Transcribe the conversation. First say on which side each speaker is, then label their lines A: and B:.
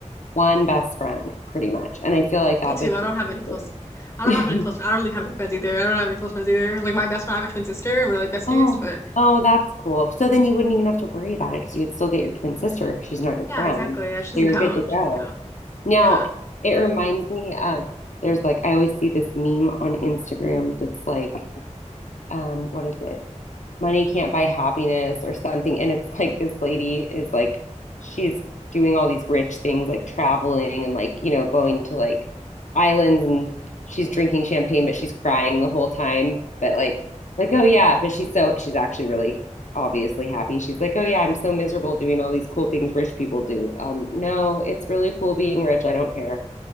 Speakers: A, on the left (about 75°); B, on the left (about 20°).
A: one best friend, pretty much. And I feel like
B: me
A: that
B: too.
A: bitch
B: I don't have any close
A: was
B: I don't have any close
A: <laughs>
B: I don't really have any friends either. I don't have any close friends either. Like my best friend, I have a twin sister, and we're like besties,
A: Oh,
B: but
A: Oh, that's cool. So then you wouldn't even have to worry about it because you would still get your twin sister because she's not your
B: Yeah,
A: friend.
B: exactly. Yeah, she
A: So
B: doesn't
A: you're
B: count.
A: good to
B: She
A: go.
B: doesn't count.
A: Now,
B: Yeah.
A: it reminds me of there's like, I always see this meme on Instagram that's like, um, what is it? Money Can't Buy Happiness or something. And it's like this lady is like, she's doing all these rich things, like traveling and like, you know, going to like islands and she's drinking champagne, but she's crying the whole time. But like, like, oh yeah, but she's so, she's actually really obviously happy. She's like, oh yeah, I'm so miserable doing all these cool things rich people do. Um, no, it's really cool being rich. I don't care.